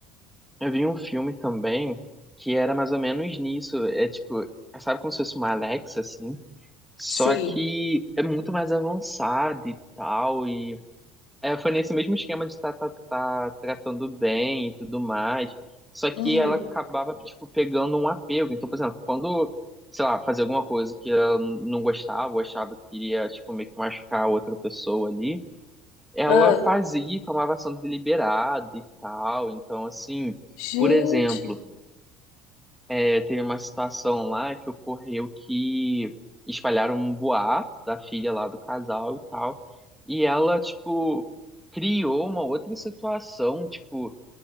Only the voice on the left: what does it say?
Sim.
Uhum.
Ah,
gente.